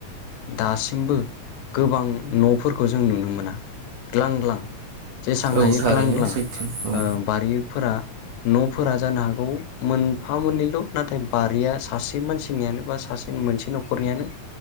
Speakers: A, on the left; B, on the right.
A: दासिमबो गोबां न'फोरखौ जों नुनो मोना ग्लां ग्लां। जेसां हायो
B: औ थारैनो
A: ग्लां ग्लां
B: सैथो औ
A: बारिफोरा न'फोरा जानो हागौ मोनफा मोननैल' नाथाय बारिया सासे मानसि नियानो बा सासे मोनसे न'खरनियानो